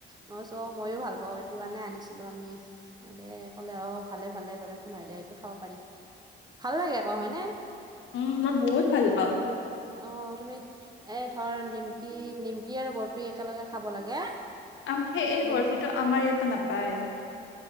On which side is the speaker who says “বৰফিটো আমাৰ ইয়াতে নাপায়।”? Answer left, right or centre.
Left